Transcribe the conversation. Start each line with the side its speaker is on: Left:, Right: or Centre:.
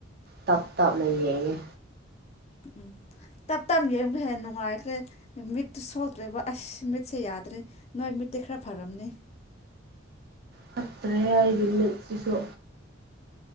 Right: ꯇꯞ ꯇꯞꯅ ꯌꯦꯡꯉꯦ꯫
Left: ꯎꯝ ꯇꯞ ꯇꯅ ꯌꯦꯡꯕꯗꯨ ꯍꯦꯟꯅ ꯅꯨꯡꯉꯥꯏꯈ꯭ꯔꯦ ꯃꯤꯠꯇꯨ ꯁꯣꯛꯇ꯭ꯔꯦꯕ ꯑꯁ ꯃꯤꯠꯁꯦ ꯌꯥꯗ꯭ꯔꯦ ꯅꯣꯏ ꯃꯤꯠ ꯇꯤ ꯈꯔꯥ ꯐꯔꯝꯅꯤ
Right: ꯐꯠꯇ꯭ꯔꯦꯍꯦ ꯑꯩꯒꯤ ꯃꯤꯠꯁꯤꯁꯨ